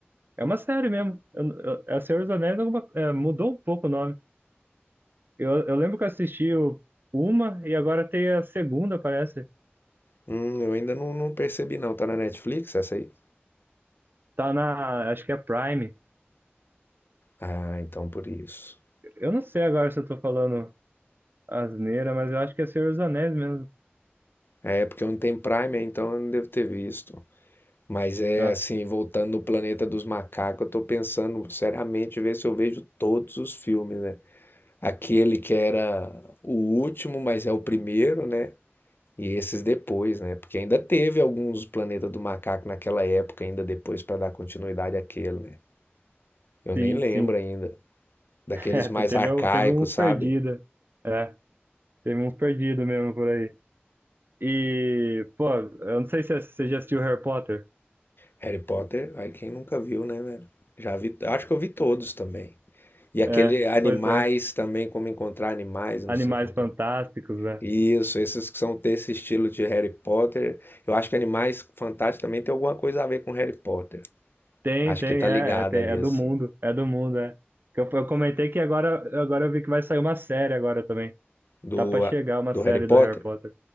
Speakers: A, on the right (about 55°); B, on the left (about 60°).
A: é uma série mesmo. Eu, eu, é o Senhor dos Anéis alguma- é, mudou um pouco o nome. Eu, eu lembro que eu assisti o- uma e agora tem a segunda, parece.
B: hum, eu ainda não, não percebi não. Tá na Netflix essa aí?
A: Tá na. Acho que é Prime.
B: Ah, então por isso.
A: Eu não sei agora se eu tô falando. Asneira, mas eu acho que é Senhor dos Anéis mesmo.
B: É, porque eu não tenho Prime, então eu não devo ter visto. Mas é
A: Ah,
B: assim, voltando no Planeta dos Macacos, eu tô pensando seriamente ver se eu vejo todos os filmes, né? Aquele que era o último, mas é o primeiro, né? E esses depois, né? Porque ainda teve alguns Planeta do Macaco naquela época, ainda depois para dar continuidade àquele, né? Eu nem
A: sim,
B: lembro
A: sim.
B: ainda. Daqueles
A: <laughs> É,
B: mais
A: te- teve,
B: arcaicos,
A: um- teve uns
B: sabe?
A: perdidos. É, teve uns perdidos mesmo por aí. E, pô, eu não sei se é, você já assistiu Harry Potter.
B: Harry Potter, aí quem nunca viu, né, velho? Já vi, acho que eu vi todos também. E aquele
A: É,
B: animais
A: pois é.
B: também, como encontrar animais, não
A: Animais
B: sei como
A: Fantásticos,
B: que é.
A: né?
B: Isso, esses que são desse estilo de Harry Potter. Eu acho que Animais Fantásticos também tem alguma coisa a ver com Harry Potter.
A: Tem,
B: Acho
A: tem,
B: que tá
A: é,
B: ligado
A: é, tem-
B: ali,
A: é
B: assim.
A: do mundo, é do mundo, é. Que Eu, eu comentei que agora, agora eu vi que vai sair uma série agora também.
B: Do,
A: Tá pra chegar uma
B: do
A: série
B: Harry Potter.
A: do Harry Potter.